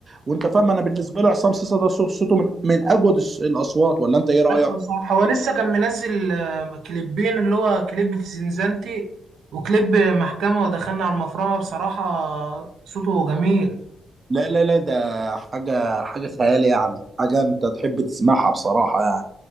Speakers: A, on the right; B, on the right.
A: وانت فاهم انا بالنسبه لي عصام صاصا ده صو- صوته من من اجود الص- الاصوات ولا انت ايه رايك
B: ايوه صح هو لسه كان منزل آه، كليبين اللي هو كليب في زنزانتي وكليب محكمه ودخلنا على المفرمه بصراحه صوته جميل
A: لا لا لا ده حاجة حاجة خيال يعني حاجة أنت تحب تسمعها بصراحة يعني